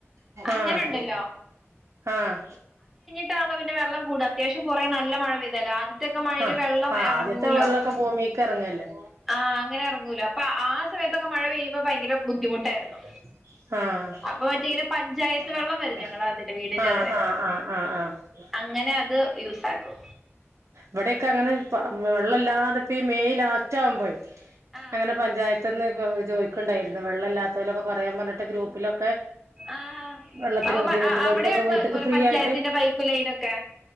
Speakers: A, in the centre; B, on the right (about 75°).
A: അങ്ങനെ
B: ആഹ്,
A: ഉണ്ടല്ലോ
B: ആഹ്.
A: <unintelligible> പിന്നെ വെള്ളം കൂടാ അത്യാവശ്യം കുറെ. നല്ല മഴ പെയ്താല്ലെ ആദ്യത്തെൊക്കെ മഴയില്
B: ആ
A: വെള്ളം
B: ആ
A: ഇറങ്ങൂലോ.
B: ആദ്യത്തെ വെള്ളമൊക്കെ ഭൂമിക്ക് ഇറങ്ങല്ലേ
A: ആഹ് അങ്ങനെ എറങ്ങൂലെ അപ്പൊ ആ സമയത്തൊക്കെ മഴ പെയ്യുമ്പോ ഭയങ്കര ബുദ്ധിമുട്ടായിരുന്നു.
B: <inaudible> ആഹ്
A: അപ്പൊ മറ്റേ
B: ആഹ്,
A: ഇങ്ങനെ പഞ്ചായത്ത്
B: ആഹ്,
A: വെള്ളം വരും ഞങ്ങളുടെ
B: ആഹ്
A: അതില് വീടിന്റെ
B: ആഹ
A: അതില്
B: ആഹ
A: അങ്ങനെ അത് യൂസാക്കും.
B: വടെക്കെ അങ്ങനെ വെള്ളല്ലാതെപ്പോ ഈ മെയ് ലാസ്റ്റാവുമ്പയ്.
A: ആഹ്
B: അങ്ങനെ പഞ്ചായത്ത്ന്ന് ഇ ചോയിക്ക്ണ്ടായിരുന്നു വെള്ളല്ലാത്തോലൊക്കെ പറയാം പറഞ്ഞിട്ട് ഗ്രൂപ്പിലൊക്കെ.
A: ആഹ്
B: വെള്ളത്തിന്
A: അപ്പൊ
B: ബുദ്ധിമുട്ട്ള്ളോല്കൊക്കെ
A: പ അവിടെയുണ്ടോ
B: വീട്ട്ക്ക്
A: ഇതുപോലെ
B: ഫ്രീയായിട്ട്.
A: പഞ്ചായത്തിന്റെ പൈപ്പ് ലൈനൊക്കെ